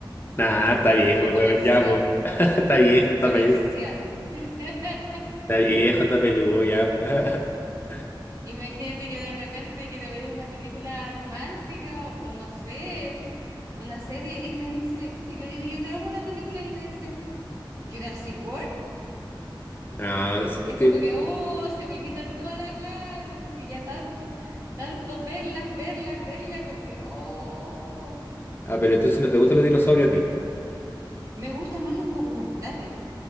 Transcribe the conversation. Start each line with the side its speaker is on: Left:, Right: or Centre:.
Left: Nah, está viejo
Right: como
Left: el
Right: colección.
Left: weón ya, po. <laughs> Está viejo,
Right: Es
Left: está,
Right: colección.
Left: pe-
Right: <laughs>
Left: está viejo, está peludo ya, po. <laughs>
Right: Imagínate que de repente quiero ver una película romántica o no sé, una serie y me dice, y le digo, yo veamos una película y me dice, Jurassic World.
Left: No,
Right: Y
Left: es-
Right: es
Left: te-
Right: como que, oh, se me quitan todas las ganas, porque ya tanto, tanto verlas, verlas, verlas, como que, oh.
Left: Ah, pero entonces no te gustan los dinosaurios a ti.
Right: Me gustan más los documentales,